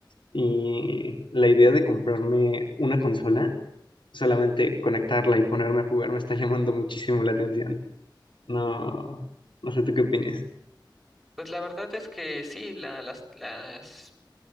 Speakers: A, on the left (about 90°); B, in the centre.
A: Y la idea de comprarme una consola, solamente conectarla y ponerme a jugar me está <laughs> llamando muchísimo la atención. No, no sé tú qué opinas.
B: Pues la verdad es que sí, la- las, las,